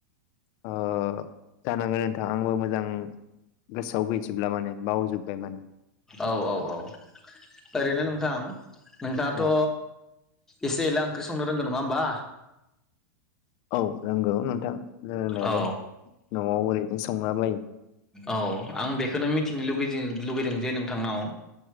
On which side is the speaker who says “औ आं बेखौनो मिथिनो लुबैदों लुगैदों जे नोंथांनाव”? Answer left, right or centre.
Centre